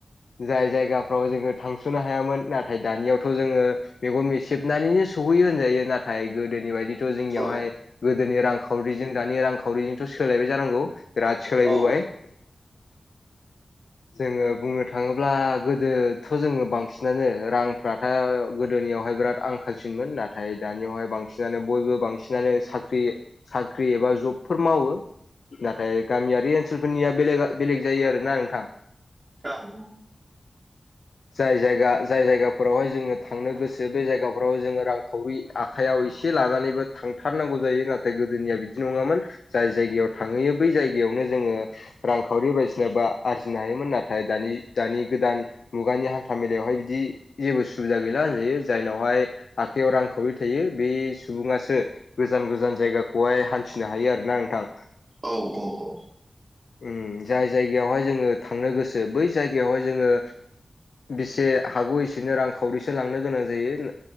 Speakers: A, on the left; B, on the right.
A: जाय जायगाफ्राव जोङो थांसनो हायामोन नाथाय दानियावथ जोङो मेगन मेसेबनानैनो सौहैयो होनजायो नाथाय गोदोनि बायदि जोंनियावहाय
B: औ
A: गोदोनि रांखावरिजों दानि रांखावरिजोंथ सोलायबाय जानांगौ बिराद सोलायबोबाय
B: औ
A: जोङो बुंनो थाङोब्ला गोदोथ जोङो बांसिनानो रांफ्राथ गोदोनियावहाय बिराद आंखालसिनमोन नाथाय दानियावहाय बांसिनानो बयबो बांसिन आनो साख्रि साख्रि एबा जबफोर मावो नाथाय गामियारि ओनसोलफोरनिया बेलेग बेलेग जायो आरोना नोंथां।
B: औ
A: जाय जायगा जाय जायगाफोरावहाय जोङो थांनो गोसो बे जायगाफोराव जोङो रांखावरि आ खायाव एसे लानानैबो थांथारनांगौ जायो नाथाय गोदोनिया बिदि नङामोन जाय जायगायाव थांहैयो बै जायगायावनो जोङो रांखावरि बायदिसिना बा आस फिनो हायोमोन नाथाय दानि दानि गोदान मुगानि हान्था मेलायावहाय बिदि जेबो सुबिदा गैला होनजायो जायनावहाय आखाइयाव रांखावरि थायो बे सुबुङासो गोजान गोजान जायगाखौहाय हान्थिनो हायो आरोना नोंथां
B: औ औ औ
A: उम जाय जायगायावहाय जोङो थांनो गोसो बै जायगायावहाय जोङो बेसे हागौ एसेनो रांखावरिसो लांनो गोनां जायो ।